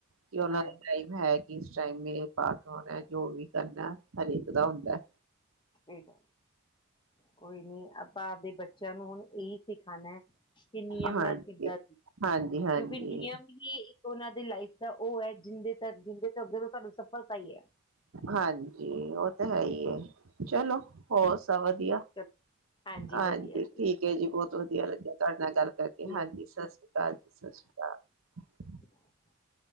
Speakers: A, on the right; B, on the left.
A: ਕਿ ਉਹਨਾਂ
B: ਹਾਂ
A: ਦਾ ਟਾਈਮ ਹੈ ਇਸ ਟਾਈਮ ਮੇ ਪਾਠ ਹੋਣਾ ਜੋ ਵੀ ਕਰਨਾ ਹਰੇਕ ਦਾ ਹੁੰਦਾ ਹੈ
B: ਠੀਕ ਹੈ ਕੋਈ ਨੀ ਆਪਾਂ ਆਪਦੇ ਬੱਚਿਆਂ ਨੂੰ ਹੁਣ ਇ ਸਿਖਾਉਣਾ ਹੈ ਕਿ ਨਿਯਮ
A: ਹਾਂਜੀ
B: ਨਾਲ ਕਿੱਦਾਂ ਸੀ ਕਿਉਂਕਿ
A: ਹਾਂਜੀ ਹਾਂਜੀ
B: ਨਿਯਮ ਹੀ ਉਹਨਾਂ ਦੀ ਲਾਈਫ ਦਾ ਉਹ ਹੈ ਜਿੰਦੇ ਤੱਕ ਜਿੰਦੇ ਤੋਂ ਅੱਗੇ ਤੋਂ ਸਾਨੂੰ ਸਫਲਤਾ ਹੀ ਹੈ
A: ਹਾਂਜੀ ਉਹ ਤਾਂ ਹੈ ਹੀ ਚਲੋ ਹੋਰ ਸਭ ਵਧੀਆ
B: ਚਲੋ
A: ਹਾਂਜੀ
B: ਵਧੀਆ ਜੀ
A: ਠੀਕ ਹੈ ਜੀ ਬਹੁਤ ਵਧੀਆ ਲੱਗਿਆ ਤੁਹਾਡੇ ਨਾਲ ਗੱਲ ਕਰਕੇ
B: ਲੱਗੀ
A: ਹਾਂਜੀ ਸਤਿ ਸ੍ਰੀ ਅਕਾਲ ਜੀ ਸਤਿ ਸ਼੍ਰੀ ਅਕਾਲ
B: <unintelligible>